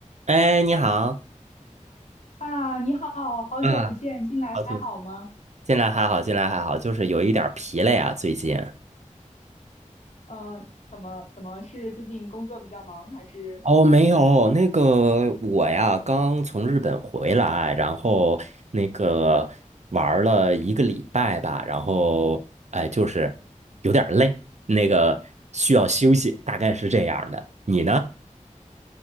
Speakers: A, on the right (about 60°); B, on the left (about 60°).
A: 哎，你好，
B: 啊，你好，好久不见，
A: 嗯，
B: 近来还好吗？
A: 好久近来还好，进来还好，就是有一点儿疲累啊，最近。
B: 呃，怎么怎么是最近工作比较忙，还是
A: 哦，没有，那个我呀，刚从日本回来，然后那个玩儿了一个礼拜吧，然后哎，就是有点儿累，那个需要休息，大概是这样儿的。你呢？